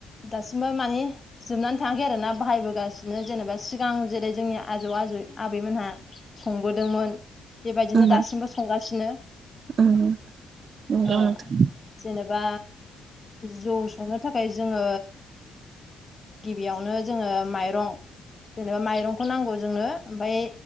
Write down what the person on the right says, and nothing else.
उम
उम नंगौ
नोंथां